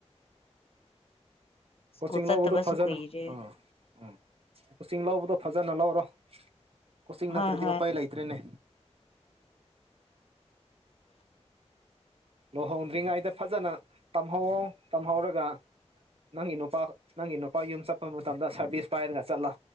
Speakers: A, on the left; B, on the right.
A: ꯁ꯭ꯀꯨꯜ
B: ꯀꯣꯆꯤꯡ
A: ꯆꯠꯇꯕꯁꯨ
B: ꯂꯧꯕꯗꯣ ꯐꯖꯅ
A: ꯀꯨꯏꯔꯦ
B: ꯑꯥ ꯎꯝ ꯀꯁꯤꯡ ꯂꯧꯕꯗꯣ ꯐꯖꯅ ꯂꯧꯔꯣ ꯀꯣꯆ ꯅꯠꯇ꯭ꯔꯗꯤ
A: ꯍꯣꯏ ꯍꯣꯏ
B: ꯎꯄꯥꯏ ꯂꯩꯇ꯭ꯔꯦꯅꯦ ꯂꯨꯍꯣꯡꯗ꯭ꯔꯤꯉꯩꯗ ꯐꯖꯅ ꯇꯝꯍꯧꯋꯣ ꯇꯝꯍꯧꯔꯒ ꯅꯪꯒꯤ ꯅꯨꯄꯥ ꯅꯪꯒꯤ ꯅꯨꯄꯥ ꯌꯨꯝ ꯆꯠꯄ ꯃꯇꯝꯗ ꯁꯥꯔꯚꯤꯁ ꯄꯥꯏꯔꯒ ꯆꯠꯂꯣ